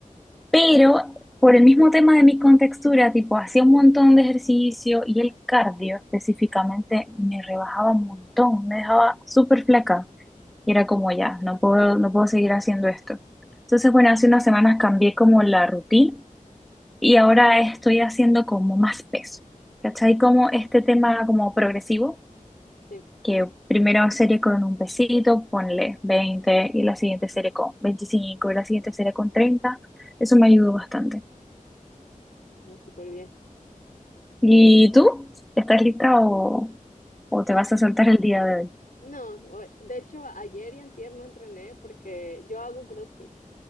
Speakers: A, in the centre; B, on the left.
A: Pero por el mismo tema de mi contextura, tipo, hacía un montón de ejercicio y el cardio específicamente me rebajaba un montón, me dejaba súper flaca. Y era como ya, no puedo, no puedo seguir haciendo esto. Entonces, bueno, hace unas semanas cambié como la rutina y ahora estoy haciendo como más peso. ¿Cachai? Como este tema como progresivo,
B: Sí,
A: que primero serie con un pesito, ponle 20 y la siguiente serie con 25 y la siguiente serie con treinta Eso me ayudó bastante.
B: no, súper bien.
A: ¿Y tú? ¿Estás lista o, o te vas a soltar el día de hoy?
B: No, o- de hecho ayer y antier no entrené porque yo hago CrossFit.